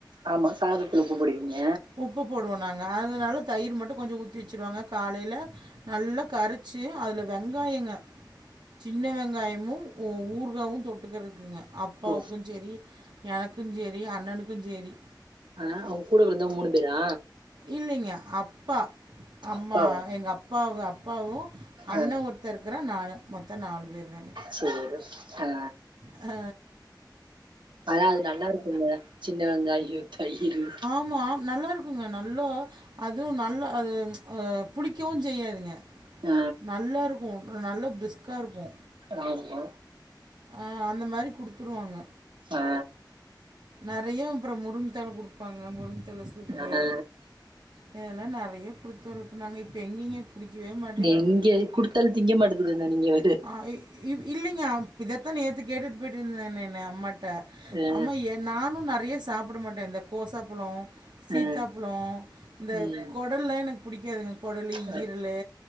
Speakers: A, on the right; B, on the right.
A: ஆமா சாதத்துல உப்பு போடுவீங்க
B: உப்பு போடுவோ நாங்க அதுனால தயிர் மட்டு கொஞ்ச ஊத்தி வச்சுருவாங்க காலேல நல்லா கரைச்சு அதுல வெங்காயங்க சின்ன வெங்காயமு ஊ ஊர்காவு தொட்டுக்கறக்குங்க அப்பாவுக்கு
A: ஓ!
B: சேரி எனக்கு சேரி அண்ணனுக்கு சேரி
A: அ ஒங்க கூட பொறந்தவங்க மூணு பேரா
B: இல்லைங்க அப்பா அம்மா
A: அப்பாவா?
B: எங்க அப்பாவு அப்பாவு அண்ணே
A: ஆ.
B: ஒரு த்த இருக்கறா நானு மொத்த நாலு பேர் தாங்க
A: சேரி அ
B: அ
A: ஆனா அது நல்லா இருக்குங்க சின்ன வெங்காயோ தயிரு
B: ஆம் நல்லா இருக்குங்க நல்லா அதுவு நல்லா அது ஆ புளிக்கவு செய்யாதுங்க
A: ஆ
B: நல்லா இருக்கு நல்ல பிரிஸ்க்கா இருக்கு
A: ராமா
B: ஆ அந்த மாரி குடுத்துருவாங்க
A: ஆ
B: நறைய அப்புறம் முருங்க தல குடுப்பாங்க முருங்க தல சூப்பு
A: ஆனா
B: இதெல்லா நறைய புடுத்து வளர்த்தனாங்க இப்ப எங்கிங்க குடிக்கவே மாட்
A: நெங்கள் குடுத்தால் திங்க மாட்டுதுன்னா நீங்க வ
B: ஆ இ வ் இல்லீங்க அம் இதத்த நீ ஏத்து கேட்டுட்டு போயிட்டு இருந்த நானே என்ன அம்மாட் த
A: ஆ
B: ஆமா நானு நறைய சாப்ட மாட்ட இந்த கோசாப்பழோ இந்த சித்தா
A: ஆ
B: பழோ இந்த
A: ம்
B: குடல்லா எனக்கு பிடிக்காதுங்க குடலு
A: ஆ
B: ஈரலு